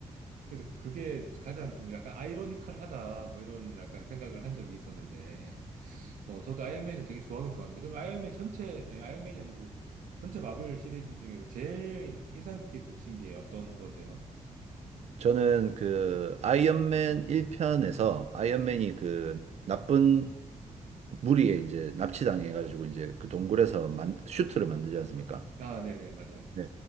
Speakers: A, on the right; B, on the right.
A: 그래서 그게 가장 좀 약간 아이러니컬하다 뭐 이런 약간 생각을 한 적이 있었는데 뭐 저도 아이언맨을 되게 좋아하긴 좋아합니다. 그럼 아이언맨 전체 아니, 아이언맨이 아니고 전체 마블 시리즈 중에서 제일 인상 깊게 보신 게 어떤 거세요?
B: 저는 그 아이언맨 1편에서 아이언맨이 그 나쁜 무리에 이제 납치당해가지고 이제 그 동굴에서 만, 슈트를 만들지 않습니까?
A: 아, 네네, 맞아요.
B: 네.